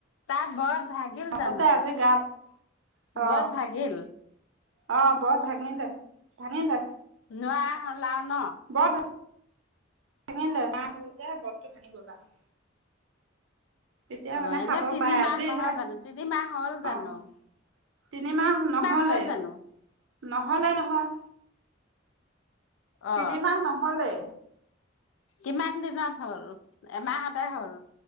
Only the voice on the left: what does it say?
তাই বৰত ভাগিল
জানো?
বৰত ভাগিল?
নোৱাৰা হল আও ন?
অ
এনে
তিনিমাহ
নহয় জানো তিনিমাহ হ'ল জানো
হ'ল জানো
অ।
কিমান দিনত হ'ল? এমাহতে হ'ল?